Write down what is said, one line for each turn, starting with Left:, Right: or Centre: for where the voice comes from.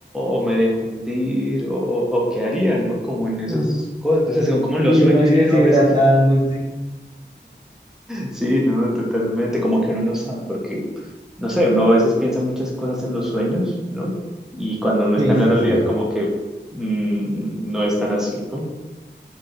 Centre: o me dejo hundir, o, o, o qué haría, ¿no? Como en esas
Right: Mm.
Centre: cosas. Entonces, son como los
Right: Y
Centre: sueños
Right: uno ahí
Centre: que
Right: deshidratándose.
Centre: uno a veces Sí, no, totalmente. Como que uno no sabe, porque, no sé, uno a veces piensa muchas cosas en los sueños, ¿no? Y cuando uno está
Right: Sí,
Centre: en
Right: sí,
Centre: la realidad,
Right: sí.
Centre: como que mm, no es tan así, ¿no?